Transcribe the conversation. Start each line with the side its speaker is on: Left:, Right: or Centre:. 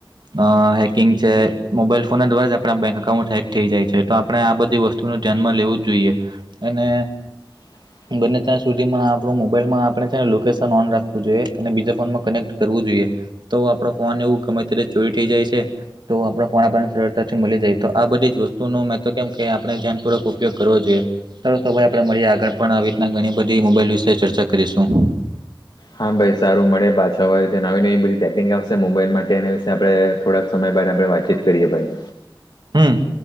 Right: અ હેકિંગ છે મોબાઈલ ફોન દ્વારા જ આપણા બેંક અઉન્ટ હેક થઈ જાય છે તો આપણે આ બધી વસ્તુ ધ્યાનમાં લેવું જ જોઈએ અને
Left: <inaudible>
Right: બંને ત્યાં સુધીમાં આપણો મોબાઈલમાં આપણે છેને લોકેશન ઓન રાખવું જોઈએ અને બીજા ફોનમાં કનેક્ટ કરવું જોઈએ. તો આપણો ફોન એવું ગમે ત્યારે ચોરી થઈ જાય છે. તો આપણો પણ આપણને સરળતાથી મળી જાય તો આ બધી જ વસ્તુનો મેં તો કેમ કે આપણે ધ્યાન પૂર્વક ઉપયોગ કરવો જોઈએ. ચાલો તો ભાઈ આપણે મળીએ આગળ પણ આવી રીતના ઘણી બધી મોબાઈલ વિશે ચર્ચા કરીશું.
Left: હા ભાઈ સારું મળે પાછળવાળ જે નવી ન એવી બધી પટેકિંગ આવશે મોબાઈલ માટે એના વિશે આપણે થોડાક સમય બાદ આપણે વાતચીત કરીએ ભાઈ
Right: હમ.